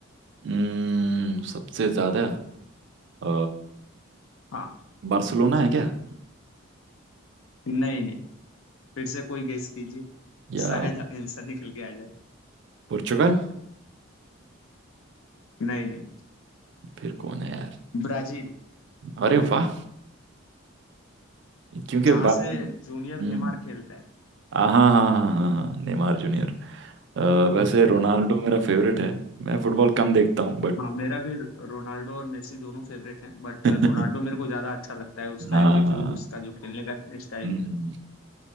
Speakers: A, on the right; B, on the left.
A: हम्म, सबसे ज्यादा अ,
B: हाँ
A: बार्सिलोना है क्या
B: नहीं नहीं फिर से कोई गेस कीजिए
A: या
B: शायद आंसर निकल के आ जाए
A: पुर्तगाल
B: नहीं नहीं
A: फिर कौन है यार
B: ब्राजील
A: अरे वाह क्योंकि
B: जहां
A: बार
B: से जूनियर
A: हम्म
B: नेमार खेलता है
A: हाँ हाँ हाँ हाँ हाँ नेमार जूनियर अ, वैसे रोनाल्डो मेरा फेवरेट है मैं फुटबॉल कम देखता हूँ बट
B: हाँ मेरा भी रोनाल्डो और मेसी दोनों फेवरेट हैं बट
A: <laughs>
B: रोनाल्डो मेरे को ज्यादा अच्छा लगता है उसका
A: हाँ
B: एटीट्यूड उसका जो खेलने का स्टाइल
A: हम्म,
B: है